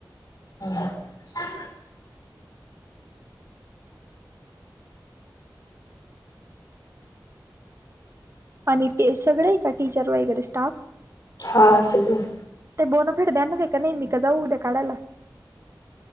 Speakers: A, on the left; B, on the right.
A: ह
B: आणि ते सगळं आहे का टीचर वगैरे स्टाफ
A: हा सगळे आहे.
B: बोनाफाईड देणार आहे का नाही का जाऊ उद्या काढायला?